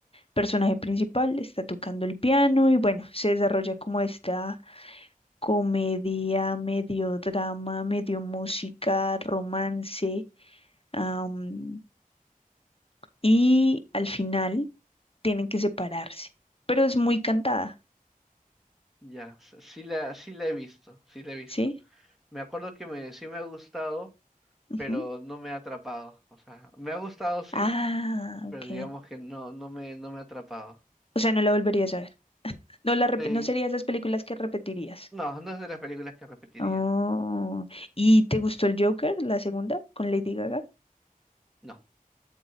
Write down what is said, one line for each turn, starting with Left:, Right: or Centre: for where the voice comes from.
Left: personaje principal, está tocando el piano y bueno, se desarrolla como esta comedia, medio drama, medio música, romance, am, y al final tienen que separarse, pero es muy cantada,
Centre: Ya, s- sí la, sí la he visto, sí la he visto.
Left: ¿sí?
Centre: Me acuerdo que me, sí me ha gustado,
Left: Ujú.
Centre: pero no me ha atrapado. O sea, me ha gustado sí,
Left: Ah, ok.
Centre: pero digamos que no, no me, no me ha atrapado.
Left: O sea, no la volverías a ver. No la rep-
Centre: Eh,
Left: no sería esas películas que repetirías.
Centre: no, no es de las películas que repetiría.
Left: Oh. ¿Y te gustó el Joker, la segunda, con Lady Gaga?
Centre: No.